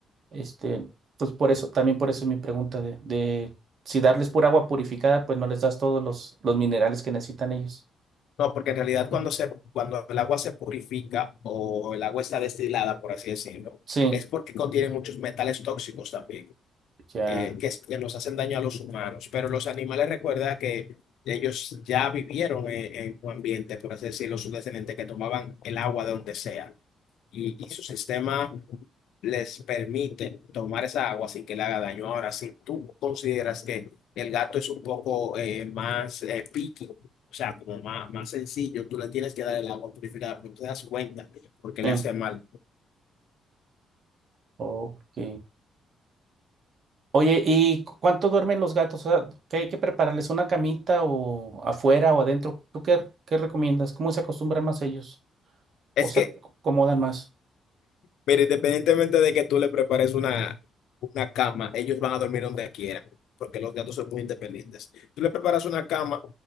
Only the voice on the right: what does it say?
Este, pues por eso, también por eso es mi pregunta de, de si darles pura agua purificada, pues no les das todos los, los minerales que necesitan ellos.
Mm.
Sí,
ya,
sí,
ok. Oye, ¿y cu- cuánto duermen los gatos? O sea, ¿qué hay que prepararles? ¿Una camita o afuera o adentro? ¿Tú qué, qué recomiendas? ¿Cómo se acostumbran más ellos?
O sea,
se acomodan más